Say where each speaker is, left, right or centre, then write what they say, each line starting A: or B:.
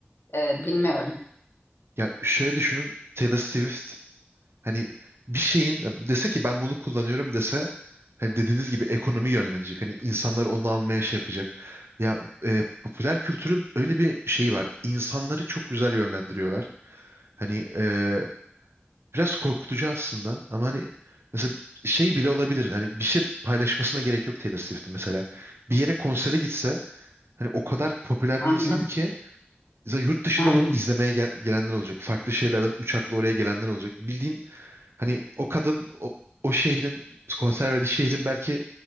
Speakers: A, on the left; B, on the right.
A: e, bilmiyorum.
B: Ya şöyle düşünün. Taylor Swift hani bir şeyin dese ki ben bunu kullanıyorum dese hani dediğiniz gibi ekonomi yönlenecek. Hani insanlar onu almaya şey yapacak. Ya e, popüler kültürün öyle bir şeyi var. İnsanları çok güzel yönlendiriyorlar. Hani e, Biraz korkutucu aslında ama hani mesela şey bile olabilir. Hani bir şey paylaşmasına gerek yok Taylor Swift'in mesela. Bir yere konsere gitse hani o kadar popüler
A: Aynen,
B: bir insan ki mesela yurt dışından
A: aynen,
B: onu izlemeye gel- gelenler olacak. Farklı şeylerden uçakla oraya gelenler olacak. Bildiğin hani o kadın o, o şehrin konser verdiği şehrin belki